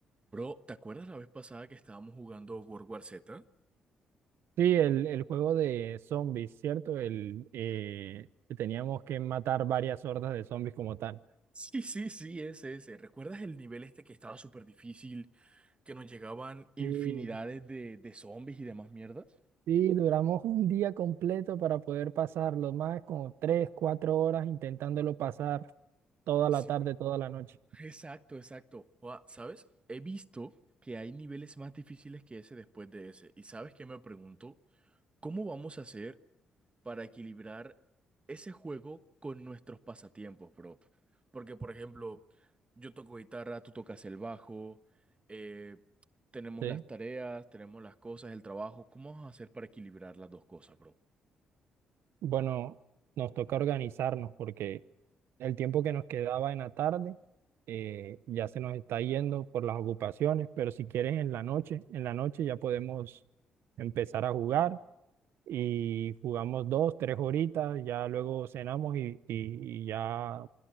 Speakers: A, on the right; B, on the right.
A: Bro, ¿te acuerdas la vez pasada que estábamos jugando World War Z?
B: Sí, el, el juego de zombies, ¿cierto? El eh, que teníamos que matar varias hordas de zombies como tal.
A: Sí, sí, sí, ese, ese. ¿Recuerdas el nivel este que estaba súper difícil, que nos llegaban infinidades
B: Sí,
A: de, de zombies y demás mierdas?
B: sí, duramos un día completo para poder pasarlo, más como tres, cuatro horas intentándolo pasar toda
A: Sí,
B: la tarde, toda la noche.
A: exacto, exacto. Ua, ¿sabes? He visto que hay niveles más difíciles que ese después de ese. ¿Y sabes qué me pregunto? ¿Cómo vamos a hacer para equilibrar ese juego con nuestros pasatiempos, bro. Porque, por ejemplo, yo toco guitarra, tú tocas el bajo, eh, tenemos
B: Sí.
A: las tareas, tenemos las cosas, el trabajo. ¿Cómo vamos a hacer para equilibrar las dos cosas, bro?
B: Bueno, nos toca organizarnos porque el tiempo que nos quedaba en la tarde eh, ya se nos está yendo por las ocupaciones, pero si quieres en la noche, en la noche ya podemos empezar a jugar y jugamos dos, tres horitas, ya luego cenamos y, y- y ya